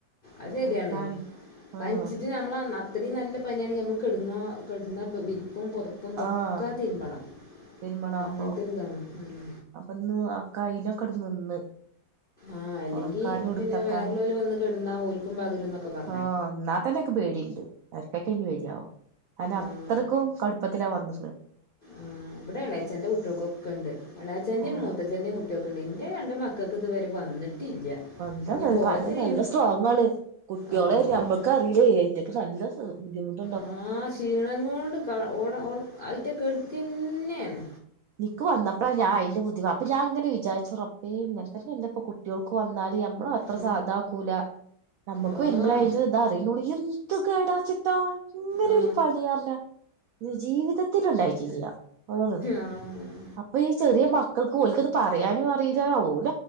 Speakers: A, on the left; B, on the right.
A: അതരിയാണ്
B: അലക്കാന്
A: പനിച്ചിട്ട്
B: ആഹ്
A: നമ്മള അത്രയും നല്ല പനിയാണെങ്കിൽ നമ്മ കെടുന്നോ കെടുന്ന വിരിപ്പും പൊതപ്പും ഇതൊക്കെ
B: ആഹ്
A: തിരുമ്പണം.
B: തിരുമ്പണം
A: അത് അങ്ങനത്തെ
B: അപ്പൊ
A: ഒരു ഇതാണ് ഉം.
B: അപ്പൊ ഇന്ന് കൈയിലൊക്കെ അവ്ടെ നിന്ന്
A: ആ അല്ലെങ്കി
B: ഉണക്കാനും
A: പിന്നെ
B: എടുത്തക്കാനും
A: വേറെള്ളോൽ വന്ന് കെടുന്ന ഓൽക്കു പകരുന്നൊക്കെ പ
B: ആ എന്ന തന്നെ എനിക്ക് പേടിണ്ട് എർട്ടക്ക് ന്കി പേടി ആവാ. അത് അത്രയ്ക്കും
A: ആ
B: കടുപ്പത്തിലാ വന്ന്ട്ട്ല്ലെ
A: ഉം ഇവിടെ ഇളയച്ചന്റെ കുട്ടികൾകൊക്ക ഒണ്ട് ഇളയച്ചന്റെയും
B: ഓഹ്
A: മൂത്തച്ചഛന്റെയും കുട്ടികൾ നിൻ്റെ രണ്ട് മക്കൾക്ക് ഇതുവരെ വന്നിട്ടില്ല.
B: <unintelligible>
A: ഇനിയിപ്പോൾ ഓൾത് ചെയ്യും
B: നല്ല സ്ട്രോങ് ആണ് കുട്ടികളെ
A: ആ,
B: നമ്മക്ക്
A: ഓ-
B: അറിയില്ലേ ഐറ്റക്കെ നല്ല ഇഹ് ബുദ്ധിമുട്ട്
A: ആ ക്ഷീണം കൊണ്ട് ക്കാ ഓ ആ ഓ അയിറ്റ കെടുക്കന്നെണ്.
B: നിക്ക് വന്നപ്പോഴാ ഞാൻ അതിന്റെ ബുദ്ധിവാ അപ്പൊ ഞാ ഇങ്ങനെ വിചാച്ച് റ <unintelligible> കുട്ടികൾക്ക് വന്നാല് അ നമ്മള അത്ര
A: ആ
B: സാധ ആക്കൂല നമ്മുക്കു
A: ആ
B: വരുമ്പളെ അയിൻ്റെ ഇത് അറിയൂളി ഏന്ത് എന്ത് കേടച്ച് ട്ട ഇങ്ങനെരു
A: ആ
B: പനി പറഞ്ഞ. ഇത് ജീവിതത്തിൽ ഉണ്ടായിട്ടില്ല അ
A: ആ
B: അപ്പൊ ഈ ചെറിയ മക്കൾക്ക് ഓക്ക് അത് പറയാനും അറിയില്ല ഒൽ